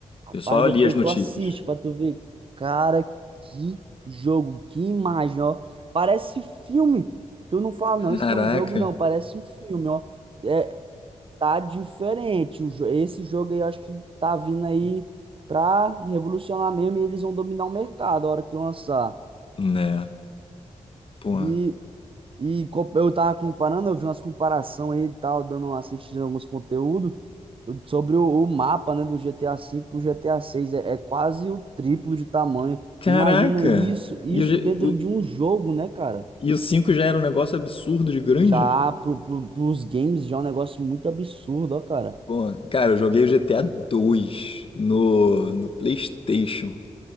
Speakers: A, on the right; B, on the left.
A: rapaz,
B: Eu só
A: depois
B: li as notícias.
A: tu assiste pra tu ver. Cara, que jogo, que imagem, ó. Parece filme. Tu não fala, não, isso
B: Caraca.
A: não é um jogo, não. Parece um filme, ó. É, tá diferente. O jo- Esse jogo aí eu acho que tá vindo aí pra revolucionar mesmo e eles vão dominar o mercado a hora que lançar.
B: Né. Pô.
A: E, e co- eu tava comparando, eu vi umas comparação aí e tal, dando uma assistida em alguns conteúdos sobre o, o mapa, né, do GTA V pro GTA VI. É, é quase o triplo de tamanho.
B: Caraca.
A: Imagina isso, isso
B: E o, G-
A: dentro
B: o,
A: de um jogo, né, cara?
B: e o 5 já era um negócio absurdo de grande?
A: Já
B: né?
A: pro, pro, pros games já é um negócio muito absurdo, ó, cara.
B: Pô, cara, eu joguei o GTA 2 no, no PlayStation.